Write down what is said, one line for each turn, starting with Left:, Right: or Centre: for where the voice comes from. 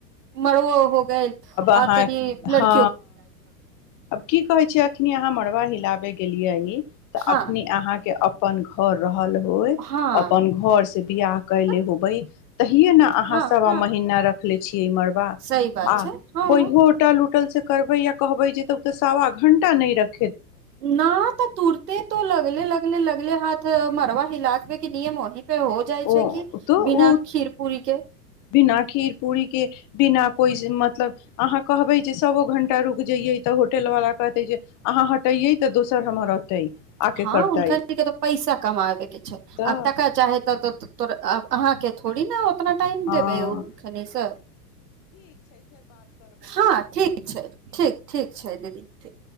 Right: मरब हो गेल आ
Left: अहाँ
Right: तनी लड़की
Left: ह अब की कहे छै अखनी अहाँ मड़वा हिलाबे के लए आइए तऽ
Right: हँ
Left: अखनी अहाँके अपन घर रह रहलल होइत
Right: हँ
Left: अपन घर से बिआाह कले
Right: तऽ
Left: होबै तहिये ने अहाँ
Right: हँ
Left: सभ आ
Right: हँ
Left: महना रखले छीये इमर
Right: सही बात
Left: आ
Right: छै हँ
Left: कोइ होटल होटल से करबै या कहबै जे सवा घंटा नहि रत
Right: न तऽ तूरत तो लगल लगल लगल हाथ म लाजबे के नियम ओहि हो जाइ छै
Left: ओ
Right: कि
Left: तो
Right: बिना
Left: ओ
Right: खीर पूरी के
Left: बिना खीर पूरी के बिना कोइ मतलब अहाँ कहबै जे सओ घण्टा रुकि जइयै तऽ होटलवला कहतै जे अहाँ हटैयै तऽ दोसर हमर औतै आके
Right: हँ
Left: करतै
Right: हुनकर तऽ पैसा कमाबे के छै
Left: तऽ
Right: आब तका चाहे त त तोब अहाँके थोड़ी ने कतना टाइम
Left: हँ
Right: देबै ओ खनि सभ हँ ठीक छै ठीक ठीक छै दीदी ठीक